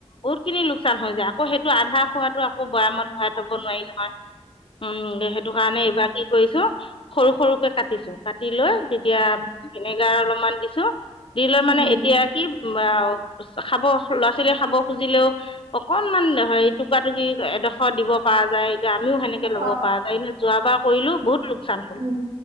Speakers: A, on the left; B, on the right.
A: বহুত খিনি লোকচান হৈ যায় আকৌ সেইটো আধা খোৱাটো আকৌ বৈয়ামত ভৰাই থ'ব নোৱাৰি নহয়।
B: <inaudible>
A: উম সেইটো কাৰণে এইবাৰ কি কৰিছোঁ। সৰু সৰুকে কাটিছো কাটি লৈ তেতিয়া ভিনেগাৰ অলপমান দিছোঁ। দি লৈ মানে
B: উম,
A: এতিয়া কি অ খাব ল'ৰা ছোৱালীয়ে খাব খুজিলেও অকনমান হেৰি টুকুৰা টুকুৰি‌ এডোখৰ দিব পাৰা যায় এতিয়া আমিও সেনেকে ল'ব
B: অ',
A: পৰা যায় এনে যোৱ বাৰ কৰিলো বহুত লোকচান হ'ল
B: উম,